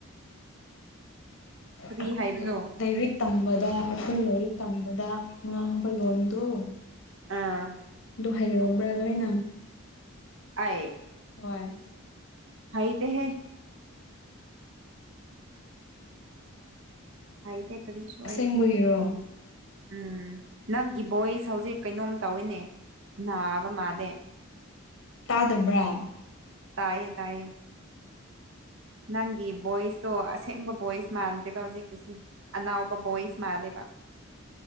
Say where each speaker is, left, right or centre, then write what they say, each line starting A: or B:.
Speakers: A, on the right; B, on the left.
A: ꯀꯔꯤ
B: ꯑꯩꯈꯣꯏ
A: ꯍꯥꯏꯕꯅꯣ
B: ꯏꯔ <unintelligible> ꯇꯝꯕꯗ ꯑꯩꯈꯣꯏ ꯂꯥꯏꯔꯤꯛ ꯇꯝꯕꯗ ꯉꯥꯡꯕ ꯂꯣꯟꯗꯣ
A: ꯑꯥ
B: ꯑꯗꯨ ꯍꯩꯔꯕ꯭ꯔꯥ ꯂꯣꯏꯅ
A: ꯑ
B: ꯍꯣꯏ
A: ꯍꯥꯏꯇꯦꯍꯦ ꯍꯥꯏ ꯇꯦ ꯀꯔꯤꯁꯨ
B: ꯑꯁꯦꯡꯕꯒꯤꯔꯣ
A: ꯑꯏꯁꯨ ꯎꯝ ꯅꯪꯒꯤ ꯚꯣꯏꯁ ꯍꯧꯖꯤꯛ ꯀꯩꯅꯣꯝ ꯇꯧꯋꯤꯅꯦ ꯅꯥꯕ ꯃꯥꯗꯦ
B: ꯇꯥꯗꯕ꯭ꯔꯥ
A: ꯇꯥꯏꯌꯦ ꯇꯌꯦ ꯅꯪꯒꯤ ꯚꯣꯏꯁꯇꯣ ꯑꯁꯦꯡꯕ ꯚꯣꯏꯁ ꯃꯥꯟꯗꯦꯕ ꯍꯧꯖꯤꯛꯀꯤꯁꯤ ꯑꯅꯥꯎꯕ ꯚꯣꯌꯁ ꯃꯥꯂꯦꯕ